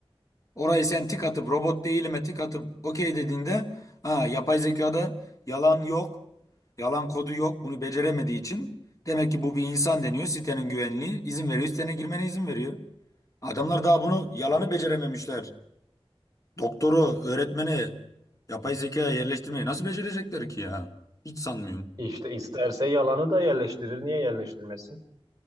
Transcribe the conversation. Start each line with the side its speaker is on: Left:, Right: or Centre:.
Left: Orayı sen tik atıp robot değilime tik atıp okey dediğinde ha, yapay zekada yalan yok. Yalan kodu yok. Bunu beceremediği için demek ki bu bir insan deniyor. Sitenin güvenliği izin veriyor. Sitene girmene izin veriyor. Adamlar daha bunu yalanı
Right: E,
Left: becerememişler. Doktoru, öğretmeni yapay zekaya yerleştirmeyi nasıl becerecekler ki ya? Hiç sanmıyorum.
Right: İşte isterse yalanı da yerleştirir. Niye yerleştirmesin?